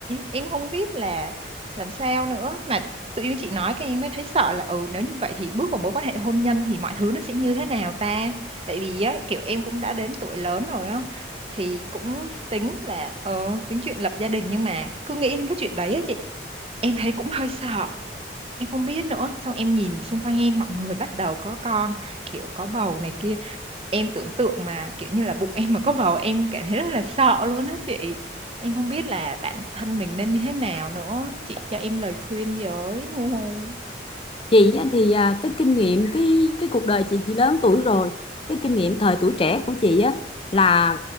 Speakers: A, on the right (about 30°); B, on the left (about 30°).
A: em không biết là làm sao nữa mà tự nhiên chị nói cái em mới thấy sợ là ừ nếu như vậy thì bước vào mối quan hệ hôn nhân thì mọi thứ nó sẽ như thế nào ta tại vì á kiểu em cũng đã đến tuổi lớn rồi á thì cũng tính là ờ tính chuyện lập gia đình nhưng mà cứ nghĩ đến cái chuyện đấy á chị em thấy cũng hơi sợ em không biết nữa xong em nhìn xung quanh em mọi người bắt đầu có con kiểu có bầu này kia em tưởng tượng mà kiểu như là bụng em mà có bầu em cảm thấy rất là sợ luôn á chị em không biết là bản thân mình nên như thế nào nữa chị cho em lời khuyên với Hu. hu.
B: chị á thì à, cái kinh nghiệm cái cái cuộc đời chị chị lớn tuổi rồi cái kinh nghiệm thời tuổi trẻ của chị á là